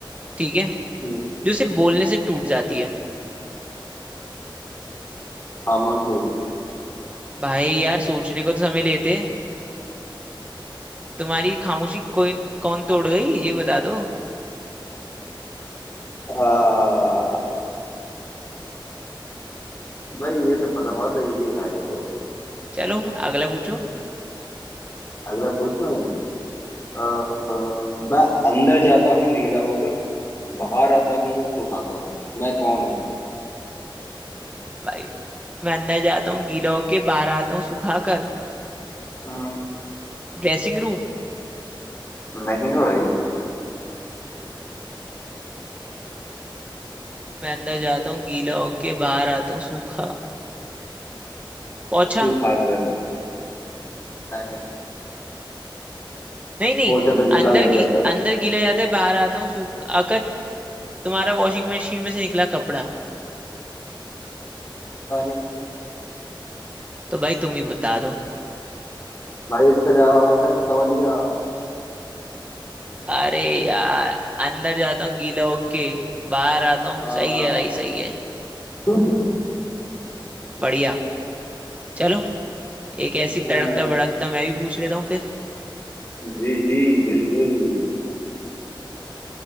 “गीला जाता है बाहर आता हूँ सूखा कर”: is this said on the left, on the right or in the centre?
Right